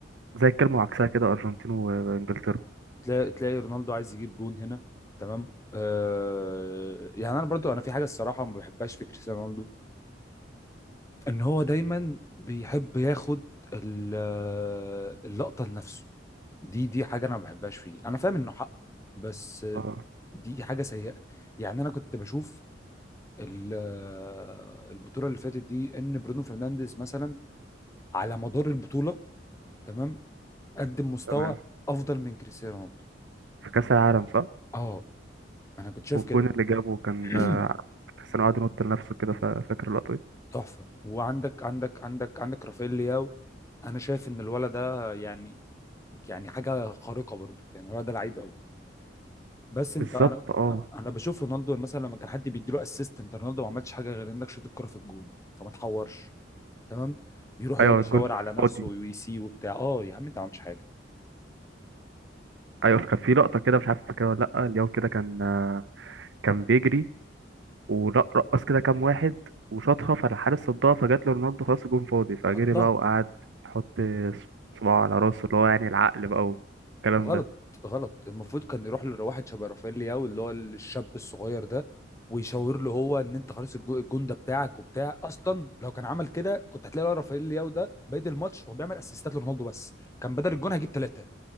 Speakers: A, on the right (about 70°); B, on the left (about 15°).
A: زي الكلمة وعكسها كده أرجنتين وإنجلترا
B: تلاقي تلاقي رونالدو عايز يجيب جون هنا تمام آه يعني انا برضو انا في حاجه الصراحه ما بحبهاش في كريستيانو رونالدو ان هو دايما بيحب ياخد ال- آه، اللقطه لنفسه دي دي حاجه انا ما بحبهاش فيه انا فاهم انه حقه بس آه،
A: اه
B: دي حاجه سيئه يعني انا كنت بشوف ال- آه، البطوله اللي فاتت دي ان برونو فرنانديز مثلا على مدار البطوله تمام قدم مستوى
A: تمام
B: افضل من كريستيانو رونالدو
A: في كأس العالم صح؟
B: اه انا كنت شايف
A: والجون
B: كده
A: اللي جابه كان
B: <clears throat>
A: آه، كريستيانو قعد ينط لنفسه كده فا- فاكر اللقطة دي
B: تحفه وعندك عندك عندك عندك رافائيل لياو انا شايف ان الولد ده يعني يعني حاجه خارقه برضو يعني الولد ده لعيب قوي بس انت
A: بالظبط
B: انا
A: اه
B: انا بشوف رونالدو مثلا لما كان حد بيديله اسيست انت رونالدو ما عملش حاجه غير انك شوت الكره في الجون فما تحورش تمام بيروح
A: ايوه
B: يقعد يشاور
A: الجون ده
B: على نفسه
A: فاضي
B: ويسي وبتاع اه يا عم انت ما عملتش حاجه يا
A: ايوه
B: عم
A: كان في لقطة كده مش عارف فاكرها ولا لأ اليوم كده كان آه، كان بيجري ورقص كده كام واحد وشاطها فالحارس صدها فجات له رونالدو خلاص الجون فاضي فجري
B: حطها
A: بقى وقعد يحط صباعه على راسه اللي هو يعني العقل بقى والكلام
B: غلط
A: ده
B: غلط المفروض كان يروح لواحد شبه رافائيل لياو اللي هو الشاب الصغير ده ويشاور له هو ان انت خلاص الجو- الجون ده بتاعك وبتاع اصلا لو كان عمل كده كنت هتلاقي الواد رافائيل لياو ده بادئ الماتش هو بيعمل اسيستات لرونالدو بس كان بدل الجون هجيب ثلاثه